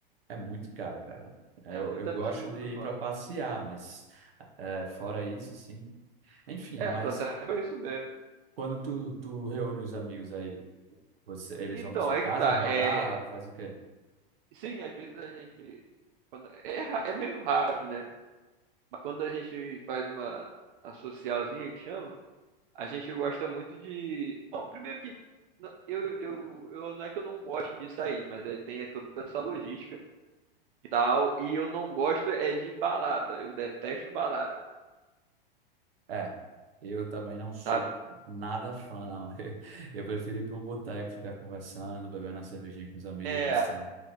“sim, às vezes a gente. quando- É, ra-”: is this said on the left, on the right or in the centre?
Right